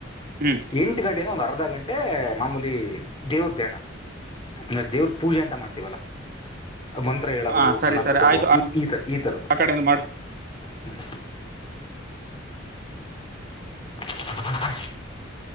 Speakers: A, on the right (about 50°); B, on the left (about 25°).
A: ಹ್ಮ್
B: ಎಂಟು ಗಂಟೆಯಿಂದ ಒಂದು ಅರ. ಅರ್ಧ ಗಂಟೆ ಮಾಮೂಲಿ ದೇವ್ರ ಧ್ಯಾನ ಅಂದ ದೇವ್ರ ಪೂಜೆ ಅಂತ ಮಾಡ್ತೀವಲ್ಲ. ಮಂತ್ರ
A: ಹ
B: ಹೇಳೋದು
A: ಸರಿ
B: ಸಣ್ಣ
A: ಸರಿ
B: ಪುಟ್ಟದ್ದು
A: ಆಯ್ತು ಆ
B: ಈ ಈ ತರ ಈ ತರದ್ದು
A: ಆ ಕಡೆಯಿಂದ ಮಾಡು
B: ಹ್ಮ. ಹ.